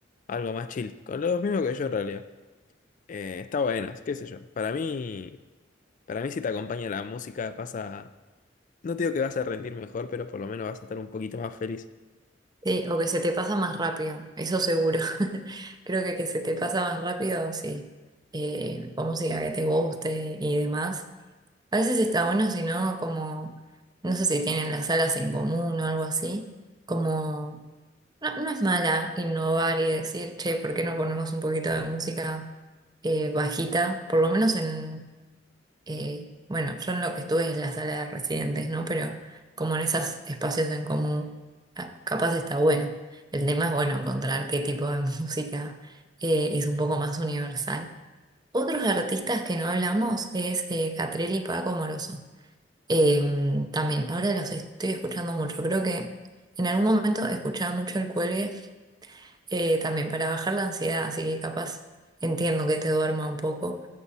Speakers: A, on the left; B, on the right.
A: Algo más chill. Con lo mismo que yo en realidad. Eh, está bueno, qué sé yo. Para mí, para mí si te acompaña la música, pasa. No te digo que vas a rendir mejor, pero por lo menos vas a estar un poquito más feliz.
B: Sí, o que se te pasa más rápido, eso seguro. <laughs> Creo que que se te pasa más rápido, sí. Eh, o música que te guste y demás. A veces está bueno, si no, como, no sé si tienen las salas en común o algo así. Como, no, no es mala innovar y decir, che, ¿por qué no ponemos un poquito de música eh, bajita? Por lo menos en, eh, bueno, yo en lo que estuve es la sala de residentes, ¿no? Pero como en esos espacios en común, ah, capaz está bueno. El tema es, bueno, encontrar qué tipo de <laughs> música eh, es un poco más universal. Otros artistas que no hablamos es eh, Catriel y Paco Moroso. Eh, también, ahora los estoy escuchando mucho. Creo que en algún momento escuchaba mucho El Cuelgue eh, también para bajar la ansiedad, así que capaz entiendo que te duerma un poco.